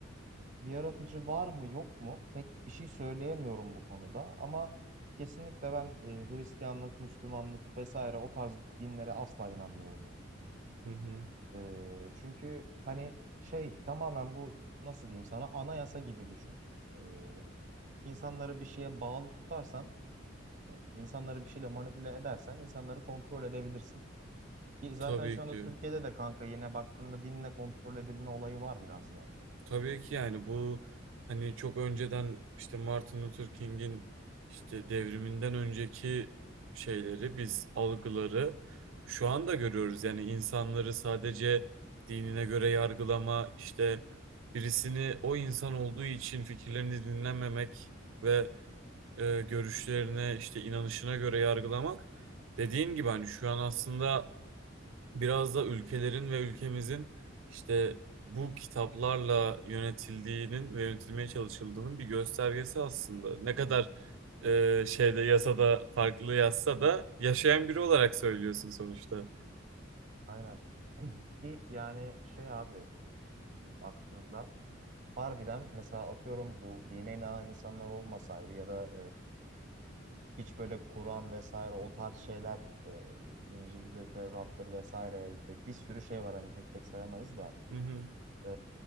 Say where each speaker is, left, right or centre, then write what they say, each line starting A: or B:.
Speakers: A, on the right; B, on the right.
A: bir yaratıcı var mı yok mu pek bir şey söyleyemiyorum bu konuda ama kesinlikle ben e, Hristiyanlık, Müslümanlık vesaire o tarz dinlere asla inanmıyorum yani.
B: Hı hı.
A: E, çünkü hani şey tamamen bu nasıl diyeyim sana anayasa gibi düşün. E, insanları bir şeye bağlı tutarsan, e, insanları bir şeyle manipüle edersen insanları kontrol edebilirsin. Ki zaten
B: Tabii
A: şu
B: ki.
A: anda Türkiye'de de kanka yine baktığında dinle kontrol edilme olayı var biraz yani.
B: Tabii ki yani bu hani çok önceden işte Martin Luther King'in işte devriminden önceki şeyleri biz algıları şu anda görüyoruz. Yani insanları sadece dinine göre yargılama işte birisini o insan olduğu için fikirlerini dinlememek ve e, görüşlerine işte inanışına göre yargılamak dediğin gibi hani şu an aslında biraz da ülkelerin ve ülkemizin işte bu kitaplarla yönetildiğinin ve yönetilmeye çalışıldığının bir göstergesi aslında. Ne kadar e, şeyde yasada farklı yazsa da yaşayan biri olarak söylüyorsun sonuçta.
A: Aynen. <clears throat> Ki yani şey abi e, baktığında harbiden mesela atıyorum bu dine inanan insanlar olmasaydı ya da e, hiç böyle Kur'an vesaire o tarz şeyler e, İncil'dir, Tevrat'tır vesaire bir bir sürü şey var hani tek tek sayamayız da
B: Hı hı.
A: e,